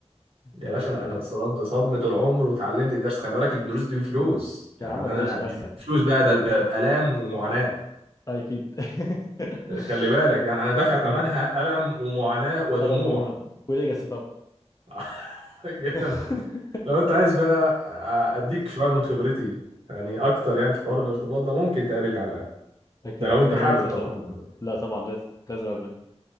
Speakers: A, on the right; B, on the left.
A: يا
B: أه
A: باشا انا اتصدمت صدمه العمر وتعلمت الدرس خلي بالك الدروس دي بفلوس يعني
B: يا عم ما تضايقش
A: انا
B: نفسك
A: مش بفلوس بقى ده بقى بألام ومعاناه
B: آه، اكيد <laughs>
A: خلي بالك يعني انا دافع ثمنها
B: مم.
A: الم ومعاناه ودموع
B: انا بموت وليجاسي طبعا
A: <laughs> جامد
B: <laughs>
A: لو انت عايز بقى اديك شويه من خبرتي يعني اكتر يعني في حوار الارتباط ده ممكن تقابلني على القهوه
B: اكيد
A: ده لو انت
B: نبقى
A: حابب
B: ننزل
A: ترتبط
B: طبعا
A: دلوقتي
B: لا طبعا لازم لازم اقابلك